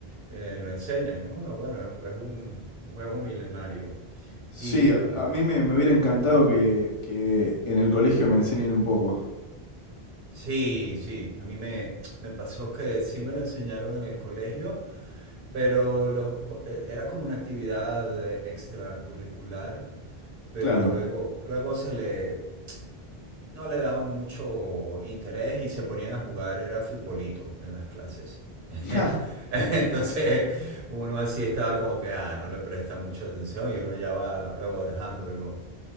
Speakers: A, on the right; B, on the left.
A: eh, lo enseñan, ¿no? Bueno, es, es un, un juego milenario.
B: Sí,
A: Y
B: a-
A: mm,
B: a mí me, me hubiera encantado que, que en el colegio me enseñen un poco.
A: sí, sí, a mí me, me pasó que sí me lo enseñaron en el colegio, pero los- cu- eh, era como una actividad eh, extracurricular. pero
B: Claro.
A: luego,
B: <laughs>
A: luego se le <tsk> no le daban mucho interés y se ponían a jugar, era futbolito en las clases. <laughs>
B: Ja,
A: Entonces uno así estaba como que, ah, no le presta mucha atención y uno ya va luego dejándolo.